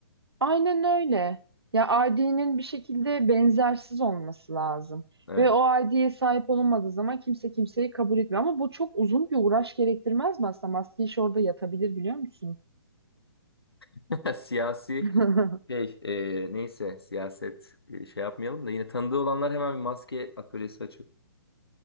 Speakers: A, on the right; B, on the left.
A: Aynen öyle. Ya ID'nin bir şekilde benzersiz olması lazım.
B: Evet.
A: Ve o ID'ye sahip olunmadığı zaman kimse kimseyi kabul etmiyor. Ama bu çok uzun bir uğraş gerektirmez mi aslında? Maske işi orada yatabilir biliyor musun?
B: <laughs> Siyasi
A: <laughs>
B: şey e, neyse siyaset e, şey yapmayalım da yine tanıdığı olanlar hemen bir maske atölyesi açıp.